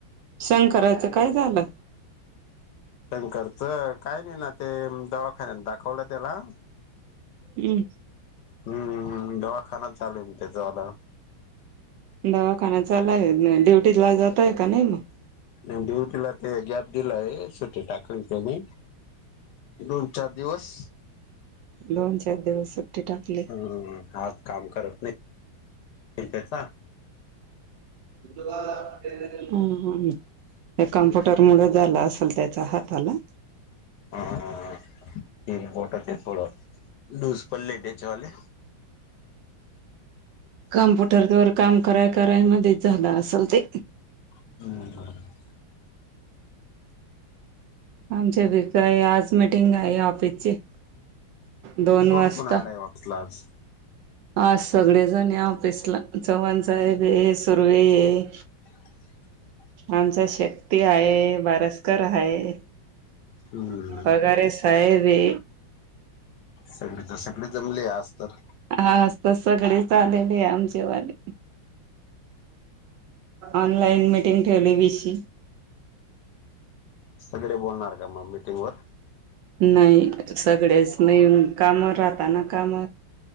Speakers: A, on the right (about 75°); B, on the left (about 70°).
A: शंकराचं काय झालं?
B: शंकरचं, काय नाही ना ते दवाखान्यात दाखवलं त्याला.
A: यू.
B: हू ऊ उ दवाखाना चालूय म त्याचावाला.
A: दवाखाना चालु हाय न, ड्युटी ला जातय का नाही मग.
B: नाही ड्युटीला ते गॅप दिलाय, सुटी टाकली त्यानी दोन - चार दिवस.
A: दोन चार दिवस सुट्टी टाकली.
B: हम्म हात काम करत नाही त्याचा.
A: हम्म हम्म. हे कम्प्युटर मुळ झाल असेल त्याच्या हाताला.
B: हा हा ते बोट ते थोडं लूस पडले त्याच्यावाले.
A: कॅम्पुटर वर काम कराय कराय मध्ये झालं असल ते.
B: ह.
A: आमच्या घरी काय. आज मिटिंग आहे ऑफिसची. दोन
B: कोण
A: वाजता.
B: कोण आलाय वापसला आज
A: आज सगळे जणे ऑफिसला. चव्हाण साहेबे. सुर्वे ये.
B: <inaudible>
A: आमचा शक्ती हाये. बारसकर हाये.
B: हम्म
A: पगारे साहेबे.
B: सगळीच्या सगळी जमलीय आज तर.
A: हा आज तर सगळे आलेलेय आमचे वाले. ऑनलाईन मिटिंग ठेवली विशी.
B: सगळे बोलणार का मग मीटिंग वर?
A: नाही सगळेच नाही. अन काम राहताना काम.